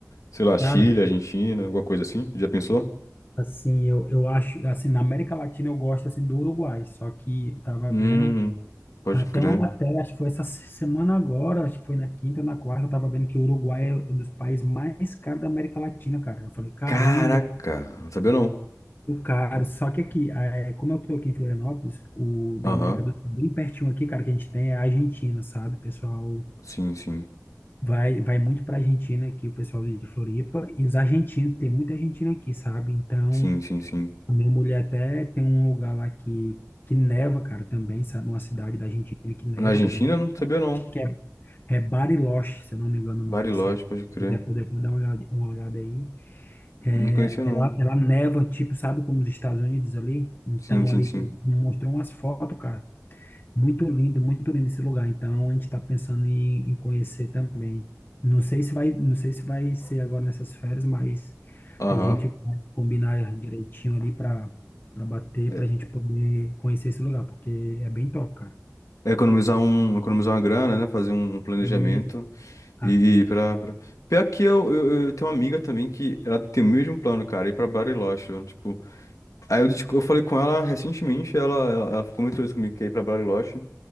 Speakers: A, on the left (about 80°); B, on the left (about 40°).
A: Sei lá, Chile,
B: cara,
A: Argentina, alguma coisa assim. Já pensou?
B: Assim, eu, eu acho, assim, na América Latina eu gosto, assim, do Uruguai, só que eu tava
A: Hum,
B: vendo
A: pode
B: até
A: crer.
B: uma matéria, acho que foi essa semana agora, acho que foi na quinta, na quarta, eu tava vendo que o Uruguai é um dos países mais caros da América Latina, cara. Eu falei, caramba,
A: Caraca, não sabia não.
B: o caro. Só que aqui, eh, como eu tô aqui em Florianópolis, o da
A: Aham,
B: América do Sul, bem pertinho aqui, cara, que a gente tem é a Argentina, sabe? O pessoal
A: Sim, sim.
B: vai, vai muito pra Argentina aqui, o pessoal de Floripa, e os argentinos, tem muita Argentina aqui, sabe? Então...
A: Sim, sim, sim.
B: A minha mulher até tem um lugar lá que, que neva, cara, também, sabe? Uma cidade da Argentina que neva,
A: Na Argentina,
B: cara. É, bem-
A: não sabia não.
B: acho que é, é Bariloche, se eu não me engano
A: Bariloche,
B: o nome, sabe?
A: pode crer.
B: Se quiser poder dar uma olhada, uma olhada aí. É,
A: Não conhecia não.
B: ela, ela neva, tipo, sabe como os Estados Unidos ali? Então,
A: Sim, sim,
B: ali
A: sim.
B: tem, mostrou umas fotos, cara. Muito lindo, muito lindo esse lugar. Então a gente está pensando em, em conhecer também. Não sei se vai, não sei se vai ser agora nessas férias, mas
A: Aham.
B: a gente vai combinar direitinho ali para para bater,
A: É
B: para a gente poder conhecer esse lugar, porque é bem top, cara.
A: é economizar um, economizar uma grana, né? Fazer um planejamento
B: E a-
A: e ir pra, pra... Pior que eu, eu, eu tenho uma amiga também que ela tem o mesmo plano, cara, ir pra Bariloche, mano, tipo... Aí eu, discu- eu falei com ela recentemente, ela, ela, ela comentou isso comigo, que ia ir pra Bariloche.